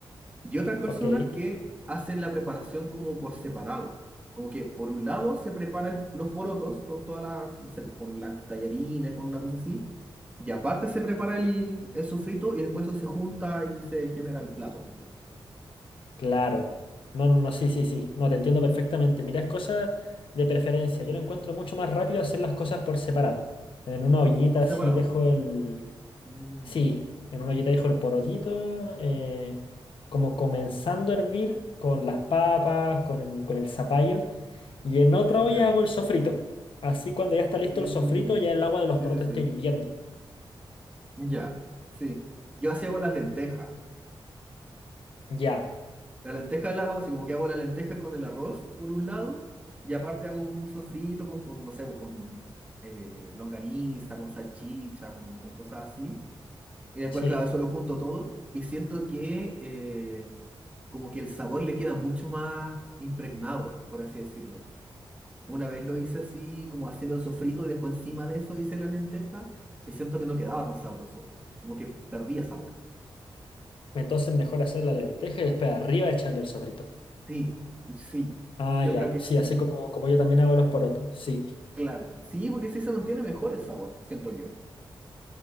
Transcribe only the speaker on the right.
Y otras personas
que hacen la preparación como por separado, como que por un lado se preparan los porotos con toda la, no sé, con las tallarines, con una cosa así. Y aparte se prepara el, el sofrito y después eso se junta y se genera el plato,
por
separado.
Mm,
ya.
Mm,
sí,
sí, sí.
Ya, sí. Yo así hago las lentejas.
Las lentejas las hago así, como que hago la lenteja con el arroz por un lado y aparte hago como un sofrito con, con, con, no sé, con eh, longaniza, con salchicha, con, con cosas así. Y después,
claro, eso lo junto todo y siento que eh, como que el sabor le queda mucho más impregnado, por así decirlo. Una vez lo hice así, como haciendo el sofrito y después encima de eso hice la lenteja y siento que no quedaba tan sabroso, como que perdía sabor.
Sí, y sí,
yo
creo que es
claro. Sí, porque sí se mantiene mejor el sabor, siento yo.